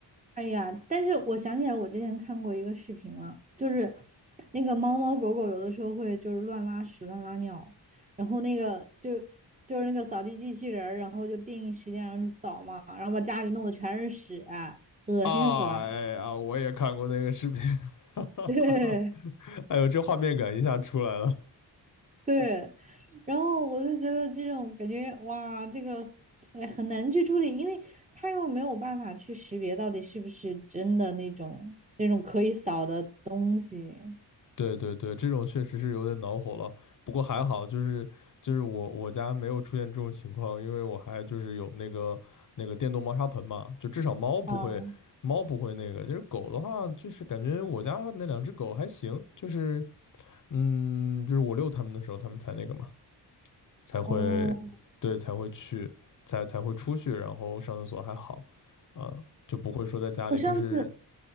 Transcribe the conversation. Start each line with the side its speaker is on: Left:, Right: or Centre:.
Right: 哎呀，但是我想起来，我之前看过一个视频了，就是那个猫猫狗狗有的时候会就是乱拉屎、乱拉尿，然后那个就就是那个扫地机器人儿然后就定时间，然后就扫嘛，然后把家里弄得全是屎啊，恶心死了。
Left: 啊哎呀，我也看过那个视频，<laughs> 哈哈哈哈，
Right: <laughs> 对
Left: 哎呦，这画面感一下出来了。
Right: 对，然后我就觉得这种感觉，哇，这个哎很难去处理，因为它又没有办法去识别到底是不是真的那种那种可以扫的东西。
Left: 对对对，这种确实是有点恼火了。不过还好，就是就是我我家没有出现这种情况，因为我还就是有那个那个电动猫砂盆嘛，就至少猫不会猫不会那个。
Right: 哦，
Left: 就是狗的话，就是感觉我家那两只狗还行，就是嗯，就是我遛它们的时候，它们才那个嘛，才会对才会去才才会出去，
Right: 哦，
Left: 然后上厕所还好啊，就不会说在家里就是。
Right: 我上次